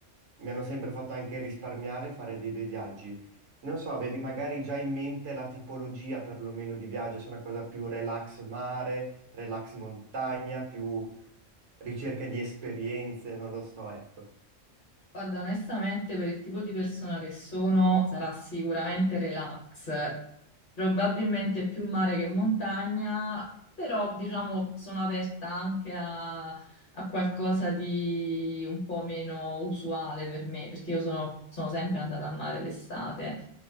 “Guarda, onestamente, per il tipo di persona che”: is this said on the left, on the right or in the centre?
Left